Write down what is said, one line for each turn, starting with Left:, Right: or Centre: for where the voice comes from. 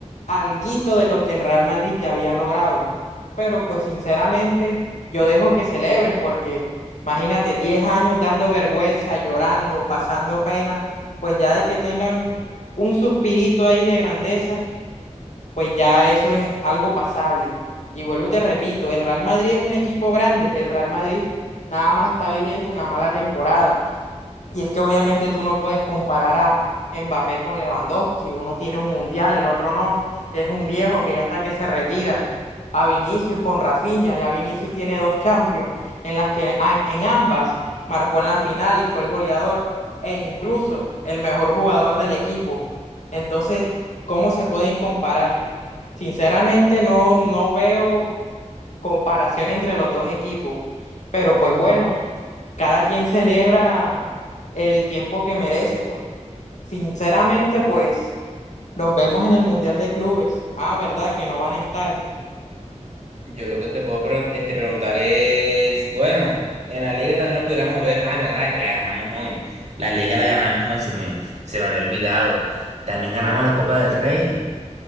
Left: alguito de lo que el Real Madrid ya había logrado. Pero pues sinceramente yo dejo que celebres porque imagínate 10 años dando vergüenza, llorando, pasando pena, pues ya de que tengan un suspirito ahí de grandeza, pues ya eso es algo pasable. Y vuelvo y te repito, el Real Madrid es un equipo grande, el Real Madrid nada más está viviendo una mala temporada. Y es que obviamente tú no puedes comparar a Mbappé con Lewandowski. Uno tiene un mundial, el otro no. Es un viejo que ya está que se retira. A Vinicius con Rafinha. Ya Vinicius tiene dos Champions en las que a- en ambas marcó en la final y fue el goleador e incluso el mejor jugador del equipo. Entonces, ¿cómo se pueden comparar? Sinceramente no, no veo comparación entre los dos equipos. Pero pues bueno, cada quien celebra el tiempo que merece, pues. Sinceramente, pues los vemos en el Mundial de Clubes. Ah, ¿verdad? Que no van a estar.
Right: Yo lo que te puedo pre- este, preguntar es, bueno, en la liga también lo pudiéramos ver. Ah, verdad, que la ganamos hoy. La liga la ganamos hoy, se me, se me había olvidado. También ganamos la Copa del Rey.